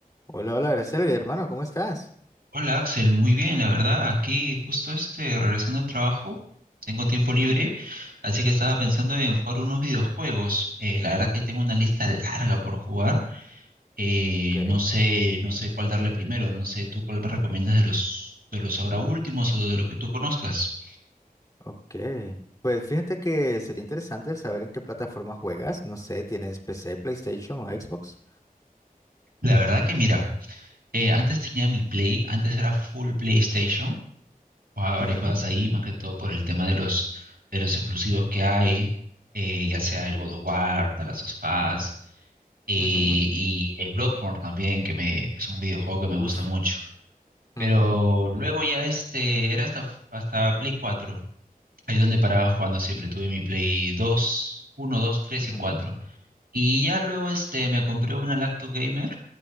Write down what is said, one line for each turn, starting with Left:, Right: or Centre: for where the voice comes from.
Left: Hola, hola, Graciela, hermano, ¿cómo estás?
Right: Hola Axel, muy bien, la verdad, aquí justo este, regresando del trabajo, tengo tiempo libre,
Left: Ujú.
Right: así que estaba pensando en jugar unos videojuegos. Eh, la verdad que tengo una lista larga por jugar. Eh,
Left: Ok,
Right: no sé, no sé cuál darle primero, no sé tú cuál me recomiendas de los de los ahora últimos o de los que tú conozcas.
Left: ok. Pues fíjate que sería interesante el saber en qué plataforma juegas. No sé, ¿tienes PC, PlayStation o Xbox?
Right: La verdad que mira, eh, antes tenía mi Play, antes era full PlayStation, jugaba varias
Left: Ujú,
Right: cosas ahí, más que todo por el tema de los de los exclusivos que hay, eh, ya sea el God of War, The Last of Us y,
Left: ujú,
Right: y el Bloodborne también, que me, es un videojuego que
Left: Uf,
Right: me gusta mucho. Pero
Left: ujú,
Right: luego ya este, era hasta, hasta Play cuatro ahí es donde paraba jugando siempre, tuve mi Play dos uno dos tres
Left: ujú,
Right: y cuatro Y ya luego este, me compré una laptop gamer,